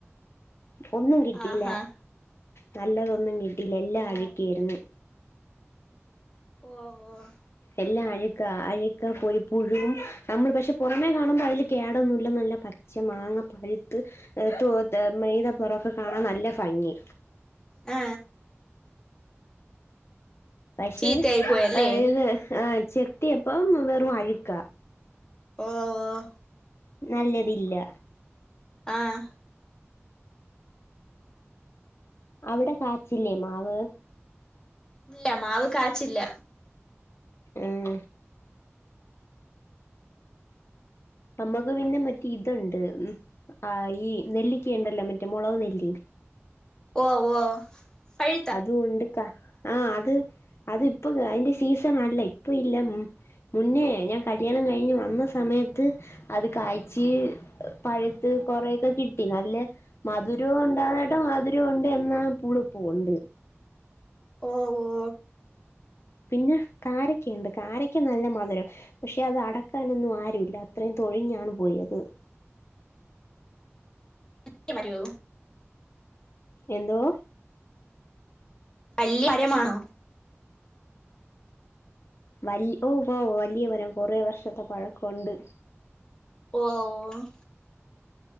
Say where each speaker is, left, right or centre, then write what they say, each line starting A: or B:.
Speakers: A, on the left; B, on the left.
A: ഒന്നും കിട്ടീല്ല.
B: ആഹാ
A: നല്ലതൊന്നും കിട്ടീല്ല എല്ലാം
B: ഓ
A: അഴ്ക്കെര്ന്ന്.
B: ഓ, ഓ
A: എല്ലാ അഴുക്ക അഴുക്കാപ്പോ രു പുഴുവും നമ്മൾ പക്ഷെ പൊറമേ കാണുമ്പോ അതില് കേടൊന്നുല്ല നല്ല പ ച്ച മാങ്ങ പഴുത്ത് ഏ തു മീതപ്പറൊക്കെ കാണാൻ നല്ല ഭംഗി.
B: ആ
A: പക്ഷെ
B: ചീത്തയായി പോയല്ലേ
A: ഇത് ആ ചെത്തിയപ്പം വെറും അഴുക്ക.
B: ഓ, ഓ
A: നല്ലതില്ല.
B: ആഹ്.
A: അവിട കാച്ചില്ലേ മാവ്?
B: ഇല്ല മാവ് കാച്ചില്ല.
A: ഉം. നമ്മക്ക് പിന്നെ മറ്റേ ഇതോണ്ട് ആ ഈ നെല്ലിക്ക യുണ്ടല്ലോ മറ്റേ മുളക് നെല്ലി.
B: ഓ, ഓ പഴുത്ത
A: അതൊണ്ട് ക്കാ ആഹ് അത് അത്പ്പൊ അതിന്റെ സീസൺ അല്ല ഇപ്പൊ ഇല്ല ഇമ്. മുന്നേ ഞാൻ കല്യാണം കഴിഞ്ഞ് വന്ന സമയത്ത്. അത് കായ്ച്ച് പഴുത്ത് കൊറെക്ക കിട്ടി നല്ല. മധുരോം ഒണ്ടാന്നെട്ട മധുരോം ഒണ്ട് എന്ന പുളിപ്പും ഒണ്ട്.
B: ഓ, ഓ
A: പിന്ന കാരക്കയുണ്ട് കാരക്ക നല്ല മധുരം. പക്ഷെ അത് അടക്കാനൊന്നും ആരുല്ല അത്രയും തൊഴിഞ്ഞാണ് പോയത്.
B: ല്ല്യമരോ.
A: എന്തോ?
B: വല്ല്യ മരമാണോ?
A: വല്യ ഓ വോ വല്യ മരം കൊറേ വർഷത്തെ പഴക്കൊണ്ട്.
B: ഓ, ഓ